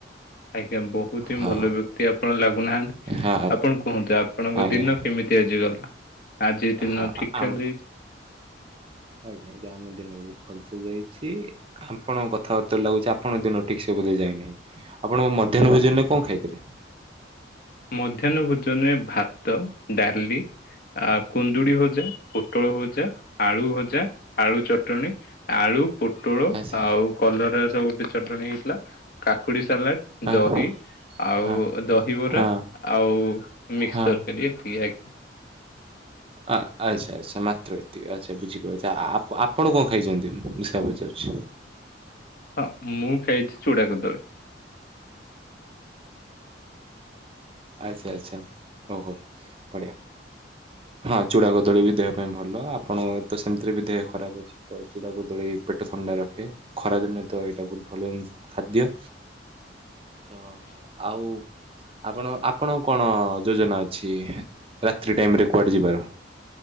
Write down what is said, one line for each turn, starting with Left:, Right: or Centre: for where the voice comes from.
Left: ଆଜ୍ଞା। ବହୁତ ହିଁ
Right: ହଁ
Left: ଭଲ ବ୍ୟକ୍ତି ଆପଣ ଲାଗୁନାହାନ୍ତି।
Right: ହଁ।
Left: ଆପଣ କୁହନ୍ତୁ ଆପଣଙ୍କ
Right: ଆଜ୍ଞା
Left: ଦିନ କେମିତି ତି ଆଜି ଗଲା? ଆଜି ଦିନ
Right: ହଁ
Left: ଠିକ୍
Right: ଆମ
Left: ଠାକ୍ ଯାଇଚି?
Right: ଆଜ୍ଞା <unintelligible> ଦିନ ବହୁତ ଭଲସେ ଯାଇଛି। ଆପଣଙ୍କ କଥାବାର୍ତ୍ତାରୁ ଲାଗୁଚି ଆପଣଙ୍କ ଦିନ ଠିକ୍ ସେ ବୋଧେ ଯାଇନି। ଆପଣଙ୍କ ମଧ୍ୟାହ୍ନ ଭୋଜନରେ କଣ ଖାଇଥିଲେ?
Left: ମଧ୍ୟାହ୍ନ ଭୋଜନରେ ଭାତ, ଡାଲି ଆ କୁନ୍ଦୁଡି ଭଜା, ପୋଟଳ ଭୋଜା, ଆଳୁ ଭଜା ଆଳୁ ଚଟଣୀ, ଆଳୁ, ପୋଟଳ,
Right: ଆଚ୍ଛା
Left: ଆଉ କଲରା ଯୋଉ ଗୋଟେ ଚଟଣୀ ହେଇଥିଲା କାକୁଡି ସାଲାଟ
Right: ହଁ
Left: ଦହି ଆଉ
Right: ହଁ
Left: ଦହିବରା।
Right: ହଁ।
Left: ଆଉ ମିକ୍ସ
Right: ହଁ।
Left: ତରକାର ଏତିକି ଆଜ୍ଞା।
Right: ଆ ଆଚ୍ଛା ଆଚ୍ଛା ମାତ୍ର ଏତିକି ଆଚ୍ଛା ବୁଝିପାଇଲି। ଆପ ଆପଣ କଣ ଖାଇଛନ୍ତି ମୁଁ ସେୟା ପଚାରୁଚି?
Left: ହଁ ମୁଁ ଖାଇଚି ଚୁଡା କଦଳି।
Right: ଆଚ୍ଛା ଆଚ୍ଛା ଓହୋ ବଢ଼ିଆ। ହଁ ଚୂଡ଼ା, କଦଳୀ ବି ଦେହ ପାଇଁ ଭଲ ଆପଣଙ୍କର ତ ସେମତିରେ ବି ଦେହ ଖରାପ ଅଛି। ତ ଚୁଡ଼ା, କଦଳୀ ପେଟ ଥଣ୍ଡା ରଖେ, ଖରା ଦିନେ ତ ଏଇଟା ବୋହୁତ ଭଲ ଜିନଷ ଖାଦ୍ୟ। ତ ଆଉ ଆପଣ ଆପଣଙ୍କୁ କଣ ଯୋଜନା ଅଛି ରାତ୍ରି ଟାଇମ ରେ କୁଆଡେ ଯିବାର?